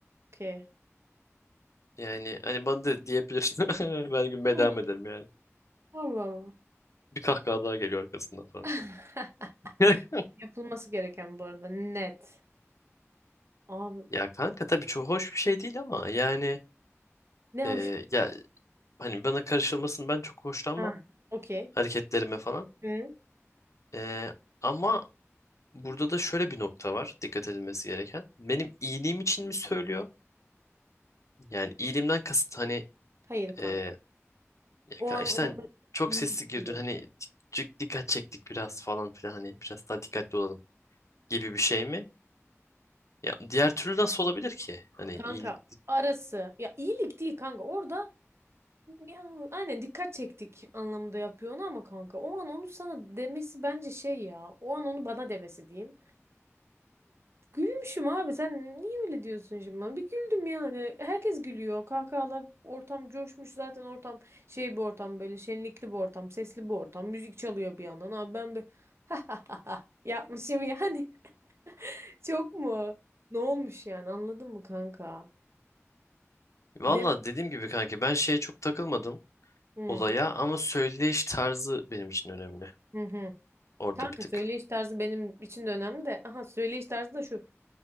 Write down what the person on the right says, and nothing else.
Okey.
Olur.
Allah Allah.
<laughs>
Yapılması gereken bu arada net. Abi
ne
hoş.
Ha, okey.
Hı?
Hayır kanka.
O
an
orada
iyilik
değil olur.
Kanka
arası. Ya iyilik değil kanka. Orada ya, aynen dikkat çektik anlamında yapıyor onu ama kanka. O an onu sana demesi bence şey ya. O an onu bana demesi diyeyim. Gülmüşüm abi sen niye öyle diyorsun şimdi bana? Bir güldüm yani. Herkes gülüyor. Kahkahalar ortam coşmuş zaten ortam şey bir ortam böyle şenlikli bir ortam, sesli bir ortam. Müzik çalıyor bir yandan. Abi ben bir <laughs> yapmışım yani. <laughs> Çok mu? Ne olmuş yani anladın mı kanka?
De
hı.
Hı hı.
Kanka
söyleyiş tarzı benim için de önemli de. Aha söyleyiş tarzı da şu.